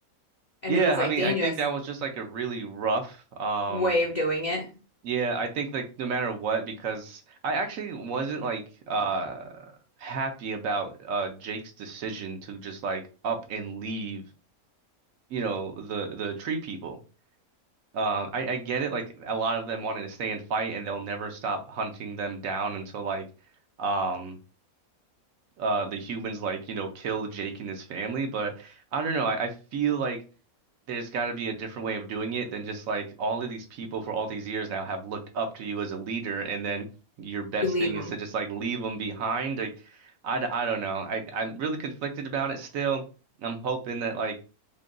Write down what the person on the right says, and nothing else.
Yeah,
I
mean,
I think that was just like a really rough um
yeah, I think like no matter what because I actually wasn't like uh happy about uh Jake's decision to just like up and leave, you know, the the tree people. Um, I, I get it. Like a lot of them wanted to stay and fight, and they'll never stop hunting them down until like, um, uh, the humans like you know kill Jake and his family. But I don't know. I, I feel like there's got to be a different way of doing it than just like all of these people for all these years now have looked up to you as a leader, and then your best
thing
is to just like leave them behind. Like, I, d- I don't know. I I'm really conflicted about it still. I'm hoping that like